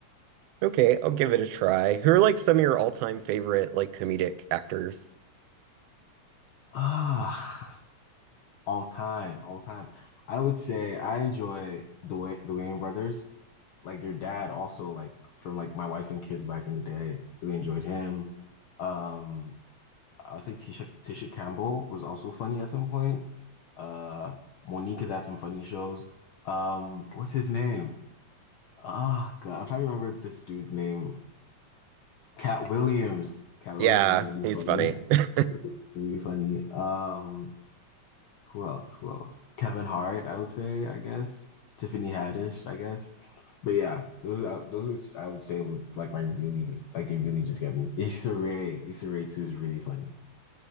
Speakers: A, on the right; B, on the left.
A: Okay, I'll give it a try. Who are like some of your all-time favorite like comedic actors?
B: Ah, all time, all time. I would say I enjoy the way the Wayans brothers, like their dad also like from like my wife and kids back in the day. Really enjoyed him. Um, I would say Tisha Tisha Campbell was also funny at some point. Uh, Monique has had some funny shows. Um, what's his name? Ah, God, I'm trying to remember this dude's name. Cat Williams. Cat Williams
A: Yeah,
B: is really
A: he's
B: funny.
A: funny. <laughs>
B: Really, really funny. Um, who else? Who else? Kevin Hart, I would say, I guess. Tiffany Haddish, I guess. But yeah, those uh, those would, I would say would like my really like they really just get me. Issa Rae, Issa Rae too is really funny.